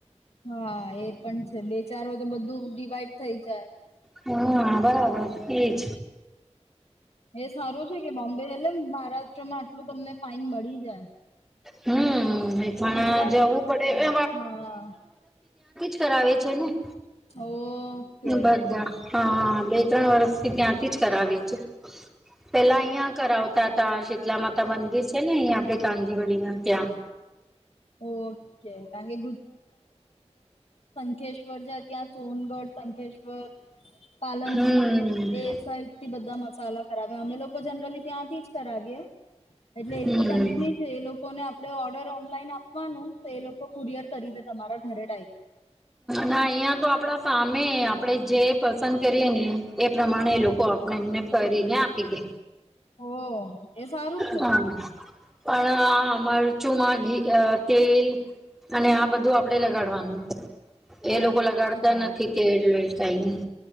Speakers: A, on the left; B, in the centre.
A: હા એ પણ છે બે, ચાર હોય તો બધું ડિવાઈડ થઈ જાય.
B: હા બરાબર એજ.
A: એ સારું છે કે બોમ્બે એટલે મહારાષ્ટ્રમાં આટલું તમને ફાઈન મળી જાય.
B: હમ મેથાણા
A: ગુજરાત
B: જવું પડે
A: હા
B: કરાવ છે ને.
A: ઓકે.
B: બધા હા બે. ત્રણ વર્ષથી ત્યાંથી જ કરાવી. <unintelligible> પેલા અહિયાં કરાવતા. શીતલા માતા મંદિર છે ને અહી આપે કાંદી વડીમાં ત્યાં.
A: ઓકે કારણ કે શ્વર છે ત્યાં સોનગઢ સંકેશ્વર પાલનપુર
B: હમ
A: એ સાઈડ થી બધા મસાલા કરાવે અમે લોકો જનરલી ત્યાંથી. તારગે એટલે
B: હમ
A: એક બે કંપની છે એ લોકોને આપ આપણે ઓર્ડર ઓનલાઈન આપ પવાનું એ લોકો કુરયર કરી દે તમારા ઘરે ડાયરેક.
B: ના અહિયાં તો આપડા સામે આપણેે જે પસંદ કરીએ ને એ પ્રમાણે લોકો આપણે એમને કરીને આપી દે.
A: ઓ. એ સારું છે.
B: હા પણ આ મરચોમાં ઘી તેલ અને આ બધું આપ કડે લગાડવાનું છે. એ
A: અચ્છા
B: લોકો લગાડતા નથી તે કઈ નહીં.